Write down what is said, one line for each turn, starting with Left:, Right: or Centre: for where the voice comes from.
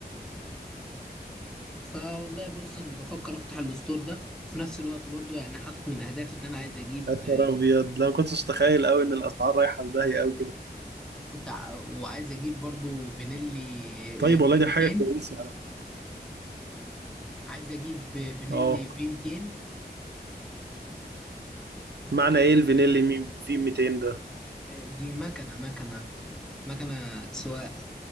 Centre: فوالله بص انا بفكر افتح الستور ده وفي نفس الوقت برضو يعني حاطط من اهدافي ان انا عايز اجيب
Right: يا نهار
Centre: آه،
Right: ابيض لا ما كنتش اتخيل قوي ان الاسعار رايحه في داهيه قوي كده
Centre: كنت ع- وعايز اجيب برضو بنيلي
Right: طيب
Centre: آه، في
Right: والله دي
Centre: 200
Right: حاجه كويسه على فكرة.
Centre: عايز اجيب آه، بنيلي
Right: اه
Centre: في 200
Right: معنى ايه الفينيلي مي في 200 ده
Centre: آه، دي مكنه مكنه مكنه سواق